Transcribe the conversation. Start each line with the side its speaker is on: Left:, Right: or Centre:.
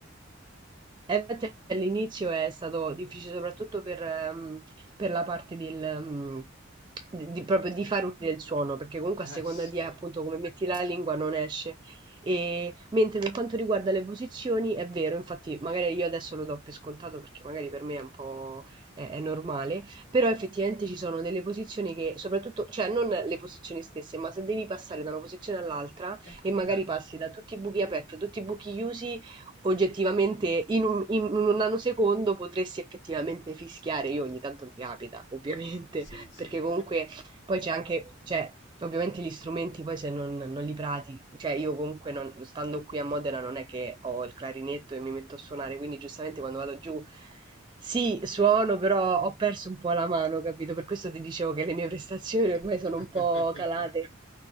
Right: Eh, infatti all'inizio è stato difficile soprattutto per, ehm, per la parte del, ehm, di, di- proprio di far uscire il suono, perché comunque
Left: Eh
Right: a seconda
Left: sì.
Right: di appunto come metti la lingua non esce. E, mentre per quanto riguarda le posizioni, è vero, infatti magari io adesso lo do per scontato perché magari per me è un po' è, è normale, però effettivamente ci sono delle posizioni che soprattutto, cioè non le posizioni stesse, ma se devi passare da una posizione all'altra
Left: Ecco,
Right: e magari
Left: eh,
Right: passi da tutti i buchi aperti a tutti i buchi chiusi, oggettivamente in un, in un nanosecondo potresti effettivamente fischiare. Io ogni tanto mi capita, ovviamente,
Left: sì,
Right: <laughs>
Left: sì,
Right: perché comunque poi c'è anche, cioè, ovviamente gli strumenti poi se non, non li prati, cioè io comunque non- stando qui a Modena non è che ho il clarinetto e mi metto a suonare, quindi giustamente quando vado giù sì, suono, però ho perso un po' la mano, capito? Per questo ti dicevo che le mie prestazioni ormai
Left: <laughs>
Right: sono un po' calate.